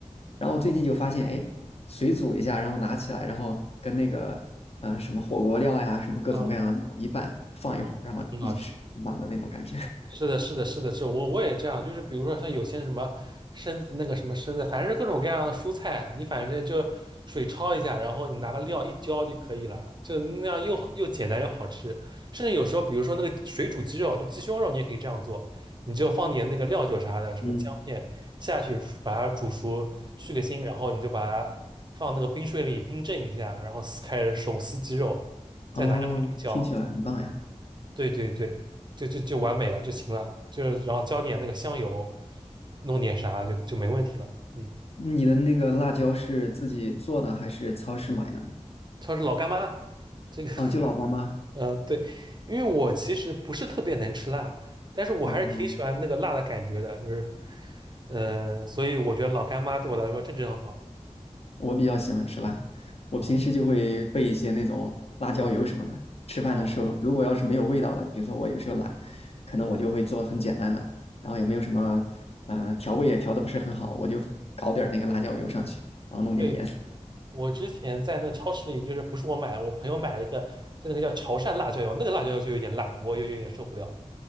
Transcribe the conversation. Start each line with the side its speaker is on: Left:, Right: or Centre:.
Left: 然后我最近就发现，哎，水煮一下，然后拿起来，然后跟那个呃什么火锅料呀，什么各种各样的料一拌，
Right: 啊，
Left: 放一会儿，然后一吃，
Right: 很好吃。
Left: 挺棒的那种感觉。<laughs>
Right: 是的，是的，是的，是我我也这样，就是比如说像有些什么生那个什么生菜，反正是各种各样的蔬菜，你反正就水焯一下，然后你拿个料一浇就可以了，就那样又又简单又好吃。甚至有时候，比如说那个水煮鸡肉，就鸡胸肉，你也可以这样做，你就放点那个料酒啥的，什么姜片下去，
Left: 嗯，
Right: 把它煮熟，去个腥，然后你就把它放那个冰水里冰镇一下，然后撕开手撕鸡肉，再拿个料一浇，
Left: 哦，听起来很棒呀！
Right: 对对对，就就就完美了就行了，就是然后浇点那个香油，弄点啥就就没问题了。嗯，
Left: 你的那个辣椒是自己做的还是超市买的呢？
Right: 她是老干妈，这个
Left: 啊，就老干妈。
Right: 嗯、呃对，因为我其实不是特别能吃辣，但是我还是挺喜欢那个辣的感觉的，
Left: 哦，
Right: 就是呃，所以我觉得老干妈对我来说正正好。
Left: 我比较喜欢吃辣，我平时就会备一些那种辣椒油什么的。
Right: 嗯
Left: 吃饭的时候，
Right: 哦
Left: 如果要是没有味道的，比如说我有时候懒，可能我就会做很简单的，然后也没有什么，呃，调味也调的不是很好，
Right: 嗯，
Left: 我就搞点儿那个辣椒油上去，然后弄点盐。
Right: 对，我之前在那个超市里，就是不是我买，我朋友买了一个，就那个叫潮汕辣椒油，那个辣椒油就有点辣，我有有点受不了。